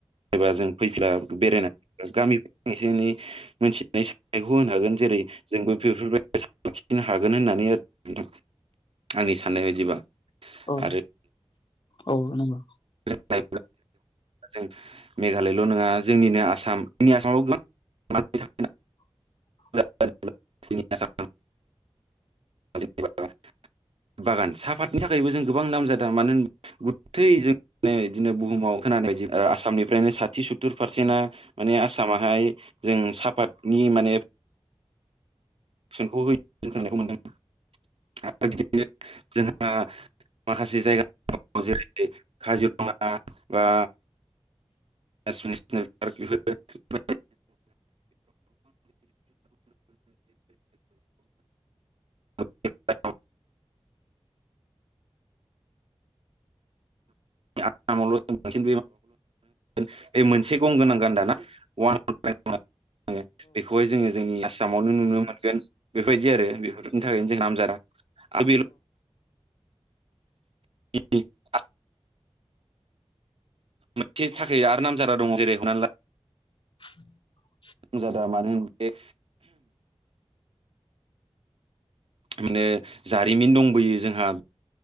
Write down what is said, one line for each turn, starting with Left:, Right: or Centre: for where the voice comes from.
Right: एबा जों <unintelligible> <unintelligible> होनो हागोन जेरै जोंबो <unintelligible> हागोन होननानै नोंथां आंनि साननाय बायदिबा।
Left: औ
Right: आरो
Left: औ नंगौ।
Right: <unintelligible> जों मेघालयल' नङा जोंनिनो आसाम जोंनि <unintelligible>
Left: <unintelligible>
Right: <unintelligible> <unintelligible> बागान साहाफातनि थाखायबो जों गोबां नाम जादों मानो होन गथै जों नै दिनै बुहुमाव खोनानाय बायदि ओ आसामनिफ्रायनो साथि सु टुर पारसेन्टआ माने आसामावाहाय जों सापातनि माने <unintelligible> माखासे जायगा <unintelligible> काजिरङा बा <unintelligible> <unintelligible> <unintelligible> बे मोनसे गं गोनां गानदाना <unintelligible> <unintelligible> बेखौहाय जोङो जोंनि आसामावनो नुनो मोनगोन बेफोरबायदि आरो। बेफोरनि थाखायनो जों नामजादा आरो बेल' <unintelligible> मोनसे थाखाय आरो नामजारा दं जेरै हनानै ला
Left: <unintelligible>
Right: नामजादा मानो होन बे माने जारिमिन दंबोयो जोंहा।